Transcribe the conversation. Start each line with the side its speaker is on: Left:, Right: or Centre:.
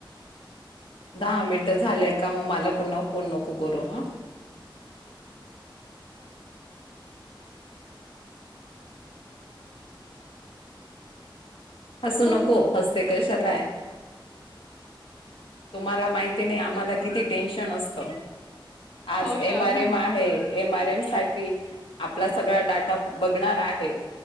Left: दहा मिनिटं झालेय का मग मला पुन्हा को नक करू ह हसू नको.
Centre: हो
Left: हसते कशालाय? तुम्हाला माहित? तिने आम्हाला किती टेन्शन असत? आज
Centre: हो का
Left: एम आर एम आहे एम आर एम साठी आपला सगळ डाटा बघणार आहे.